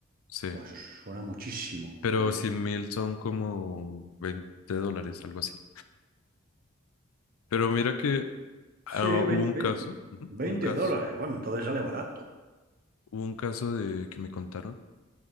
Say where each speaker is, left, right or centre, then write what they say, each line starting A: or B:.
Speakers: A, on the left; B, on the right.
A: Sí.
B: Buah, eso suena muchísimo,
A: pero
B: Julián.
A: cien mil son como veinte dólares, algo así. Pero mira que ah,
B: Sí, veinte
A: hubo un caso, ujú,
B: vein-
A: un caso,
B: dólares. Bueno, entonces sale barato.
A: hubo un caso de que me contaron